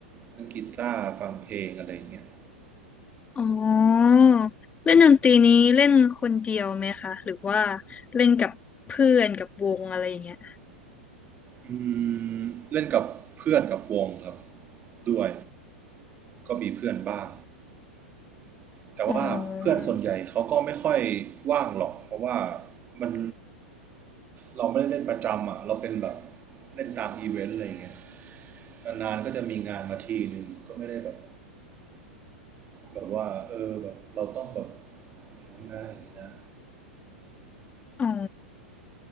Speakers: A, on the right; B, on the left.
A: เล่นกีตาร์ฟังเพลงอะไรอย่างเงี้ย
B: อ๋อเล่นดนตรีนี้เล่นคนเดียวไหมคะ หรือว่าเล่นกับเพื่อนกับวงอะไรอย่างเงี้ย
A: อืมเล่นกับเพื่อนกับวงครับด้วยก็มีเพื่อนบ้างแต่ว่าเพื่อนส่วนใหญ่เขาก็ไม่ค่อย
B: อ๋อ
A: ว่างหรอกเพราะว่ามันเราไม่ได้เล่นประจำอ่ะเราเป็นแบบเล่นตามอีเวนต์อะไรอย่างเงี้ย นานๆก็จะมีงานมาทีหนึ่งก็ไม่ได้แบบแบบว่าเออแบบเราต้องแบบอย่างนั้นนะอย่างนี้นะ
B: อ๋อ